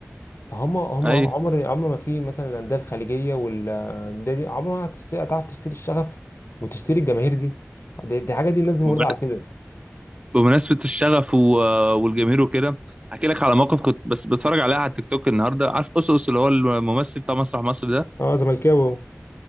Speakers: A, on the left; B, on the right.
A: فهم هم
B: اي
A: عمر عمر ما في مثلا الانديه الخليجيه والانديه دي عمرها ما هتشتري- هتعرف تشتري الشغف وتشتري الجماهير دي دي, دي حاجه دي الناس دي
B: بمن-
A: مولوده على كده
B: بمناسبه الشغف و... والجماهير وكده هحكي لك على موقف كنت بس بتفرج عليها على التيك توك النهارده عارف اس اس اللي هو الممثل بتاع مسرح مصر ده
A: اه زملكاوي أهو.